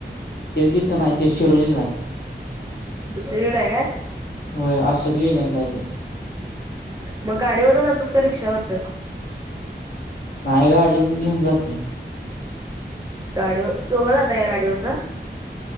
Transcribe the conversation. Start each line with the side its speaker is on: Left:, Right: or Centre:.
Left: तेवतीथना ते शिरवलेला आहे
Right: दुसरी जेडे ह का
Left: होय आज सगली लाहिे
Right: मग गाडीवर जातोस का रिक्षावर
Left: नाही गाडीन घेऊन जाते
Right: गाडीवर दोघा जात या गाडीवरचा